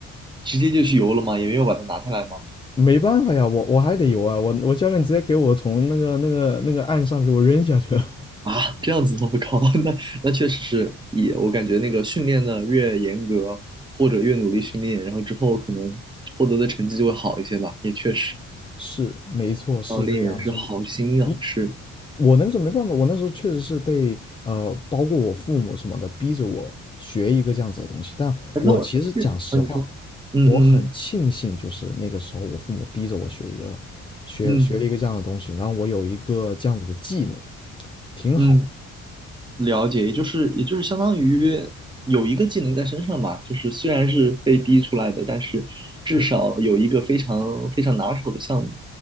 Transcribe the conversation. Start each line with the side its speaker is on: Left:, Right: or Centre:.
Right: 直接就去游了吗？也没有把它拿下来吗？
Left: 没办法呀，我我还得游啊，我我教练直接给我从那个那个那个岸上给我扔下去了。
Right: 啊，这样子吗？我靠，<laughs> 那那确实是，也我感觉那个训练的越严格或者越努力训练，然后之后可能获得的成绩就会好一些吧，也确实，
Left: <laughs> 是，没错，是这个样子，
Right: 教练也是好心啊，
Left: 就是你
Right: 是。
Left: 我那个时候没办法，我那时候确实是被呃，包括我父母什么的逼着我学一个这样子的东西，但我其实讲实话，
Right: 哎那我是啊，你说，嗯嗯
Left: 我很庆幸就是那个时候我父母逼着我学一个学学了一个这样的东西，
Right: 嗯嗯
Left: 然后我有一个这样子的技能，挺好，
Right: 嗯，了解，也就是也就是相当于有一个技能在身上吧，就是虽然是被逼出来的，但是至少有一个非常非常拿手的项目。
Left: 对。